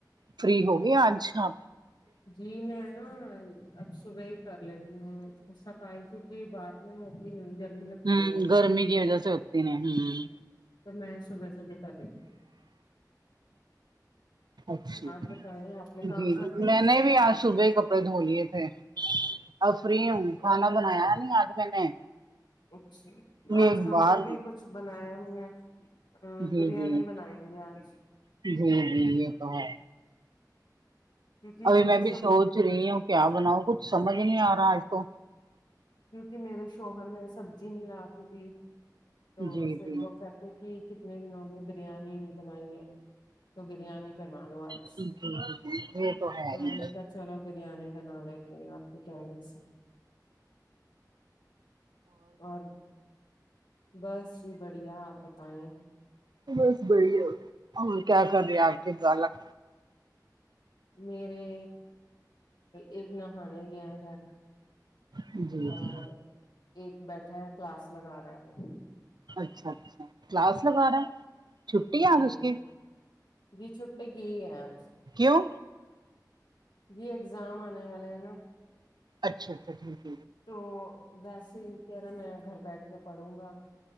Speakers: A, on the right (about 75°); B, on the left (about 80°).
A: فری ہوگی آج آپ
B: جی میں نہ اب صبح ہی کر لیتی ہوں صفائی کیوکنہ بات یہی ہوتی گرمی لگتی
A: ہ
B: ہے بہت
A: گرمی کی وجہ سے ہوتی نہیں
B: تو میں صبح صبح کر لے
A: اچھا
B: آپ بتائیں آپ نے کام
A: جی جی
B: کر لیا
A: میں نے بھی آج صبح کئے دھو لیے تھے اب فری ہیں کھانا بنایا نہیں آج میں نے
B: اچھا
A: یہ
B: آج
A: ایک
B: ہم
A: بار
B: نے بھی کچھ بنایا نہیں ہے ہاں
A: جی
B: بریانی
A: جی
B: بنائیں گے آج
A: جی جی یہ تو ہے
B: کیونکہ
A: ابھی
B: کوئی
A: میں
B: سب
A: بھی سوچ رہی ہوں کیا بناؤ کچھ سمجھ نہیں آ رہا آج تو
B: کیونکہ میرے شوہر نے سبزی نہیں لا کے دی تو
A: جی
B: پھر
A: جی
B: وہ کہتے تھی کتنے دن ہوگے بریانی نہیں بنائی ہے تو بریانی بنا لو آج
A: جی جی یہ ہے
B: تو
A: ہی
B: میں
A: ہ
B: نے کہ چلو بریانی بنا لیتی ہو آپ کے کہنے سے اور بس جی بڑھیا آپ بتائیں
A: بس بڑھیا اور کیا کر رہے ہیں آپ کے بلک
B: میرے ایک نہانے گیا ہے
A: جی جی
B: اور ایک بیٹھا ہے کلاس لگا رہا ہے وہ
A: اچھا اچھا کلاس لگا رہا ہے چھٹی ہے
B: جی
A: آج اس کی
B: جی چھٹی گی ہے آج
A: کیوں
B: جی اگزام آنے والے ہیں نا
A: اچھا اچھا جی
B: تو ویسے ہی کہہ رہا میں گھر بیٹھ کے پڑوں گا